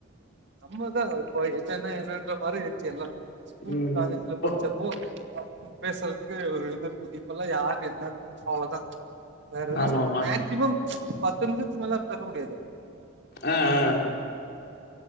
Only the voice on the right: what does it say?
நம்மதா இப்ப என்னென்ன என்னன்ற மாரி ஆய்ச்சி எல்லா ஸ்கூல்
காலேஜ்ல
படிச்ச போ அப்போ பேசுறதுக்கு ஒரு இது இருக்கு இப்பெல்லாம் யாரு என்ன அவ்வளதா வேறல்ல
மக்சிமம் பத்து நிமிஷத்துக்கு மேல பேச முடியாது